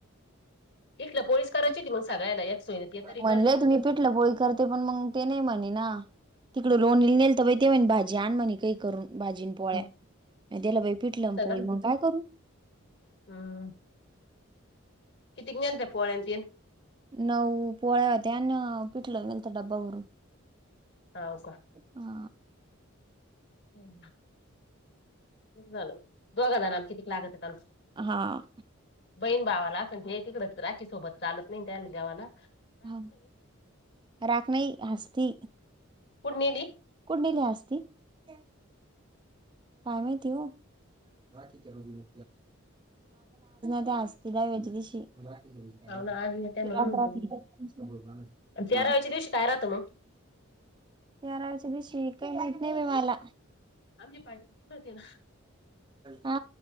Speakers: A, on the right (about 20°); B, on the left (about 55°).
A: <inaudible>
B: तिथलं पोळीस करायची होती मग सगळ्याला एक सोयीनं ते तरी
A: म्हणजे
B: बरं झालं
A: तुम्ही मी पिटलं पोळी करते पण मग ते नाही म्हणे ना तिकडं लोणी नेलत तर‌ ते म्हणे भाजी आण म्हणे काही करून भाजीन पोळ्या
B: होतं
A: त्याला बाई पिटलं पोळी
B: का
A: मग काय करू
B: हम्म
A: <unintelligible>
B: किती न्यायच्या पोळ्या ते -न
A: नऊ पोळ्या द्याना पिटलं मलत डबबा बू
B: हाव
A: हा
B: हम् <inaudible> झालं दोघं जणम कितीक लागचं काल
A: हा.
B: बहीण भावाला असंण तिकडच राची सोबत चालत नाही त्या जेवाला
A: ह <inaudible> राखनी हसती
B: पुणेली
A: कुणीली हसती <inaudible> काय माहिती हो लागल ते असस्तीला वेजलीशी <inaudible>
B: पाहुणं आज येत आहे
A: ते्र
B: म्हणून
A: हा <inaudible>
B: तेराव्याच्या दिवशी काय राहतं मग
A: बारावी्याच्या दिवशी काही माहत नाही बाई मला
B: आम्ही पाहिजे तेला <inaudible>
A: हा